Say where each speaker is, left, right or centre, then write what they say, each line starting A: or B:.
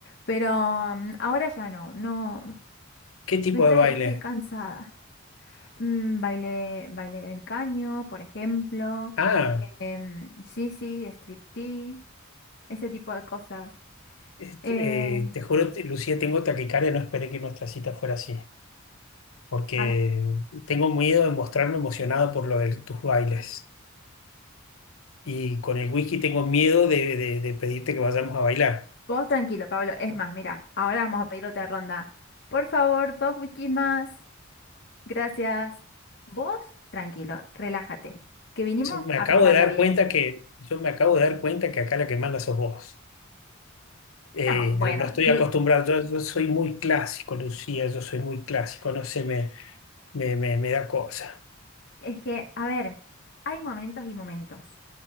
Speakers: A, on the left (about 55°); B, on the left (about 75°).
A: Pero mm, ahora ya no, no,
B: ¿Qué tipo
A: me estoy,
B: de baile?
A: estoy cansada. Mm, baile, baile del caño, por ejemplo.
B: Ah,
A: em, sí, sí, striptease, ese tipo de cosas.
B: este,
A: Eh,
B: eh, te juro, te- Lucía, tengo taquicardia, no esperé que nuestra cita fuera así, porque
A: ah,
B: tengo miedo de mostrarme emocionado por lo de tus bailes y con el whisky tengo miedo de, de de pedirte que vayamos a bailar.
A: vos tranquilo, Pablo. Es más, mira, ahora vamos a pedir otra ronda. Por favor, dos whiskies más. Gracias. Vos, tranquilo, relájate, que vinimos
B: Yo me acabo
A: a pasarla
B: de dar
A: bien.
B: cuenta que, yo me acabo de dar cuenta que acá la que manda sos vos. Eh,
A: No, bueno,
B: yo no estoy
A: di-
B: acostumbrado, yo, yo soy muy clásico, Lucía, yo soy muy clásico, no sé, me, me, me, me da cosa.
A: es que, a ver, hay momentos y momentos.